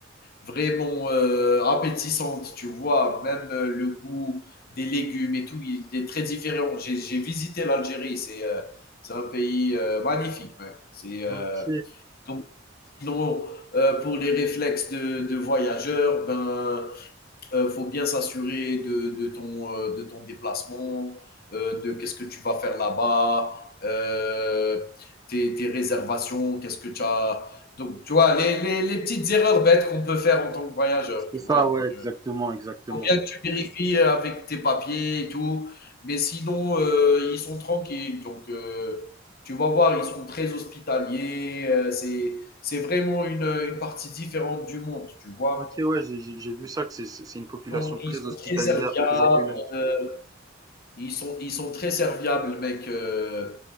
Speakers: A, on the left; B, on the right.
A: vraiment euh, appétissante, tu vois. Même euh, le goût des légumes et tout, il est très différent. J'ai, j'ai visité l'Algérie, c'est euh, c'est un pays euh, magnifique, mec. C'est euh,
B: ok.
A: donc sinon euh, pour les réflexes de, de voyageurs, ben euh, faut bien s'assurer de, de ton, euh, de ton déplacement, euh, de qu'est-ce que tu vas faire là-bas, euh, tes, tes réservations, qu'est-ce que tu as. Donc, tu vois, les, les, les petites erreurs bêtes qu'on peut faire en tant que voyageur,
B: C'est
A: tu
B: ça,
A: vois. Donc,
B: ouais, exactement,
A: euh,
B: exactement.
A: faut bien que tu vérifies euh, avec tes papiers et tout. Mais sinon, euh, ils sont tranquilles. Donc, euh, tu vas voir, ils sont très hospitaliers. euh, c'est, c'est vraiment une, une partie différente du monde, tu vois.
B: Ok, ouais, j'ai j'ai- j'ai vu ça que c'est c'est- c'est une population
A: Ils sont,
B: très
A: ils sont
B: hospitalière,
A: très serviables.
B: très accueillante.
A: euh, ils, sont, ils sont très serviables, mec, euh,